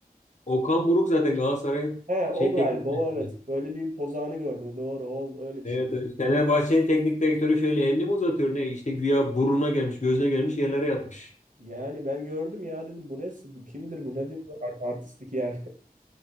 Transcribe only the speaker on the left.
Okan Buruk zaten Galatasaray'ın
şey
teknik
direktörü.
Evet,
evet. Fenerbahçe'nin teknik direktörü şöyle elini mi uzatıyor ne? İşte güya burnuna gelmiş, gözüne gelmiş yerlere yatmış.